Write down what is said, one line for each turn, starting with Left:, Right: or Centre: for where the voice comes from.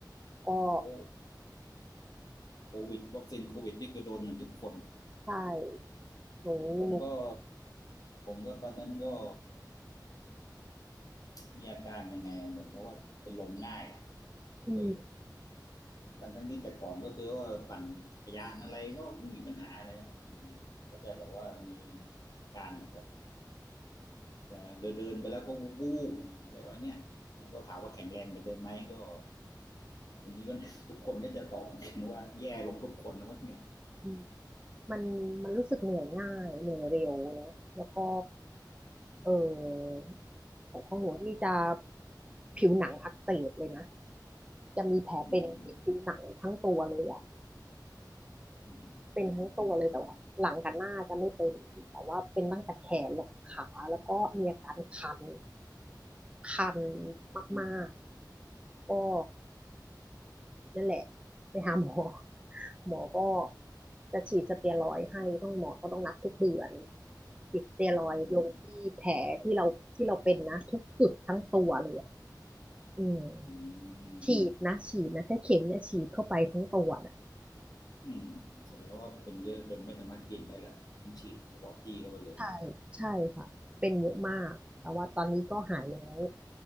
Right: ก็
Left: โอ้โควิดวัคซีนโควิดนี่คือโดนกันทุกคน
Right: ใช่หนูหนู
Left: ผมก็ผมก็ตอนนั้นก็มีอาการยังไงอะเหมือนกับว่าเป็นลมง่ายอะ
Right: อืม
Left: เออทั้งทั้งที่แต่ก่อนก็คือว่าปั่นจักรยานอะไรก็ไม่มีปัญหาอะไรอะอืมก็จะแบบว่ามีอาการเหมือนกับ จะเดินๆไปแล้วก็วูบๆอะไรวะเนี่ยแล้วก็ถามว่าแข็งแรงเหมือนเดิมไหมก็อันนี้ก็ <laughs> ทุกคนก็จะตอบว่าแย่ลงทุกคนนะวะเนี่ย
Right: อืมมันมันรู้สึกเหนื่อยง่ายเหนื่อยเร็วเนาะแล้วก็เออของของหนูนี่จะผิวหนังอักเสบเลยนะจะมีแผลเป็นที่ผิวหนังทั้งตัวเลยอะ
Left: อืมอืม
Right: เป็นทั้งตัวเลยแต่ว่าหลังกับหน้าจะไม่เป็นแต่ว่าเป็นตั้งแต่แขนแล้วก็ขาแล้วก็มีอาการคัน
Left: โดน
Right: คัน
Left: อืม
Right: มากๆก็ นั่นแหละไปหาหมอ <laughs> หมอก็จะฉีดสเตียรอยด์ให้ต้องหมอก็ต้องนัดทุกเดือนฉีดสเตียรอยด์ลงที่แผลที่เราที่เราเป็นนะทุกจุดทั้งตัวเลยอะ
Left: อืม
Right: อืม
Left: อืม
Right: ฉีดนะฉีดนะใช้เข็มเนี่ยฉีดเข้าไปทั้งตัวนะ
Left: อืมแสดงว่าเป็นเยอะจนไม่สามารถกินได้ละต้องฉีดเฉพาะที่เข้าไปเลย
Right: ใช่ใช่ค่ะเป็นเยอะมากแต่ว่าตอนนี้ก็หายแล้ว